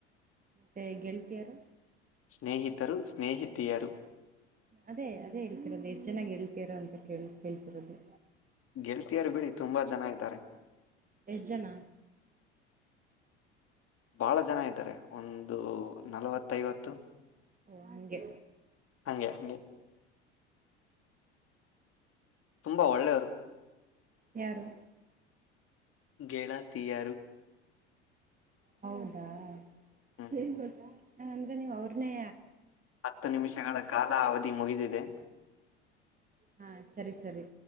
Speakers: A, on the right; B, on the left.
A: ಮತ್ತೆ ಗೆಳ್ತಿಯಾರ
B: ಸ್ನೇಹಿತರು ಸ್ನೇಹಿತಿಯರು
A: ಅದೇ ಅದೇ ಹೇಳ್ತಿರೋದು ಎಷ್ಟು ಚೆನ್ನಾಗಿ ಹೇಳ್ತೀರ ಅಂತ ಕೇಳ ಕೇಳ್ತಿರೋದು
B: ಗೆಲ್ತಿಯಾರ ಬಿಡಿ ತುಂಬಾ ಜನ ಐತಾರೆ
A: ಎಷ್ಟ್ ಜನ
B: ಬಹಳ ಜನ ಇದ್ದಾರೆ ಒಂದು ನಲವತ್ತೈವತ್ತು
A: ಓ ಹಗೆ
B: ಹಗೆ ಹಾಗಗೆ ತುಂಬಾ ಒಳ್ಳೆಯವರು
A: ಯಾರು
B: ಗೇಲ ತೀಯಾರ
A: ಹೌದಾ
B: ಹ್ಮ್
A: ಹಏನ್ ಗಟಾ ಹ ಅಂದ್ರೆ ನೀವ್ ಅವ್ರನೇ
B: ಹತ್ತು ನಿಮಿಷಗಳ ಕಾಲ ಅವಧಿ ಮುಗಿದಿದೆ
A: ಹಾ ಸರಿ ಸರಿ